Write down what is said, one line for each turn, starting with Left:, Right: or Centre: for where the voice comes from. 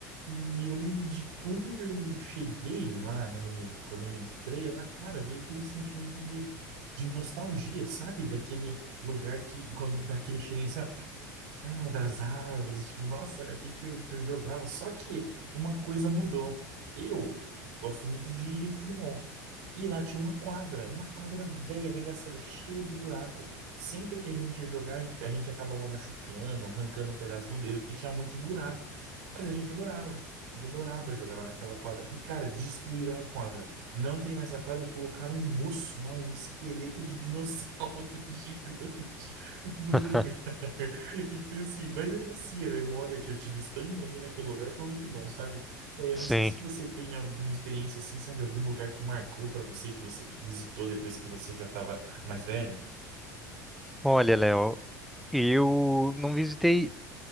Right: E eu lembro de quando eu cheguei lá, né? Quando eu entrei lá, cara, veio aquele sentimento de, de nostalgia, sabe? Daquele lugar que, quando- daquele cheirinho assim, ó, ah, das árvores, tipo, nossa, era aqui que eu, que eu jogava. Só que uma coisa mudou. Eu gosto muito de futebol. E lá tinha uma quadra, uma quadra velha, arregaçada, cheia de buraco. Sempre que a gente ia jogar, a gente acabava machucando, arrancando um pedaço do dedo, porque tinha muito buraco. Mas a gente adorava, a gente adorava jogar lá naquela quadra. E, cara, destruíram a quadra. Não tem mais a quadra e colocaram um osso lá, um esqueleto de dinossauro <laughs> gigante no
Centre: <laughs>
Right: lugar. Então, assim, mas ainda assim, a memória que eu tive estando ali naquele lugar foi muito bom, sabe? É, não
Centre: Sim.
Right: sei se você tem alguma experiência assim, sabe? Algum lugar que marcou para você, que você visitou depois que você já estava mais velho?
Centre: Olha, Léo, eu não visitei